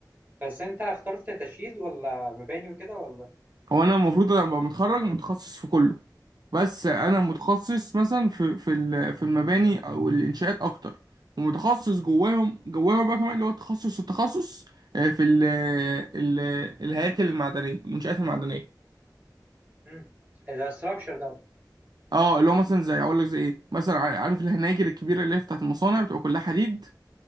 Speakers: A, on the right; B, on the right.
A: بس انت اخترت تشييد ولا مباني وكده ولا
B: هو انا المفروض ابقى متخرج متخصص في كله بس انا متخصص مثلا في في ال- في المباني او الانشاءات اكتر ومتخصص جواهم جواهم بقى كمان اللي هو تخصص التخصص آه، في ال ال الهياكل المعدنيه المنشآت المعدنيه
A: امم ده ستراكشر ده
B: اه اللي هو مثلا زي اقول لك زي ايه مثلا ع- عارف الهناجر الكبيره اللي هي بتاعت المصانع بتبقى كلها حديد